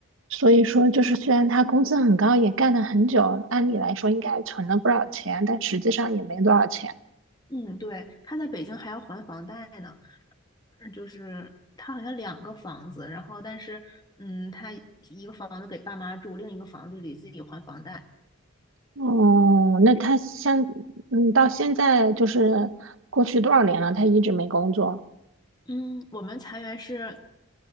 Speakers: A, on the right (about 65°); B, on the left (about 20°).
A: 所以说就是虽然他工资很高，也干了很久，按理来说应该存了不少钱，但实际上也没多少钱。
B: 嗯对，他在北京还要还房贷呢，嗯就是他好像两个房子，然后但是嗯他一个房子给爸妈住，另一个房子里自己还房贷。
A: 哦，那他像，嗯，到现在就是过去多少年了，他一直没工作。
B: 嗯，我们裁员是